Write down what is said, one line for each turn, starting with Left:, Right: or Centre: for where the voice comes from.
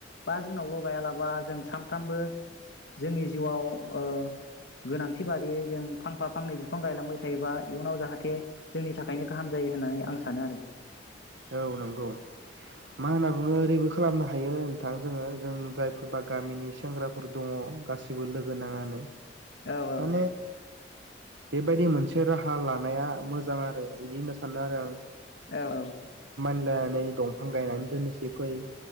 Left: बा जुनावल' गायालाबा जों सानफ्रामबो जोंनि जिउयाव ओ गोनांथि बादियै जों फांफा फांनै बिफां गायलांबाय थायोबा इयुनाव जाहा थे जोंनि थाखायनो गाहाम जायो होननानै आं सानो आरो।
Right: औ नंगौ मा होनना बुङो ओरैबो खालामनो हायो नोंथां जोङो जों जायफोरबा गामिनि सेंग्राफोर दङ गासिबो लोगो नांनानै
Left: औ औ।
Right: माने बेबायदि मोनसे राहा लानाया मोजां आरो बिदि होनना सानो आरो आं
Left: औ औ।
Right: लायनानै दंफां गायनानै दोननोसै फै